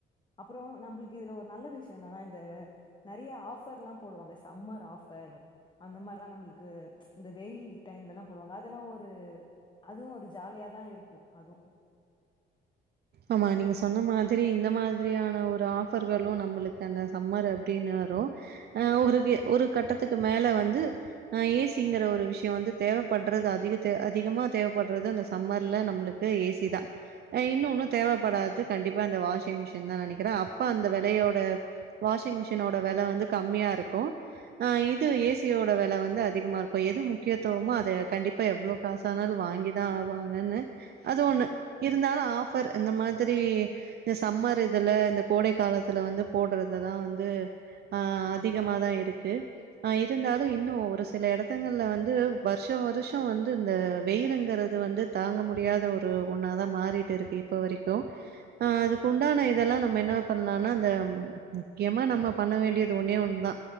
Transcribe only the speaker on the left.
அப்றோ நம்ளுக்கு இதுல ஒரு நல்ல விஷ்யோ என்னன்னா இந்த நெறைய ஆஃபர்ல்லா போடுவாங்க சம்மர் ஆஃபர் அந்த மாரிலா நம்ளுக்கு இந்த வெயில் டைம்லல்லா போடுவாங்க அதெல்லா ஒரு அதுவு ஒரு ஜாலியாதா இருக்கு அதுவு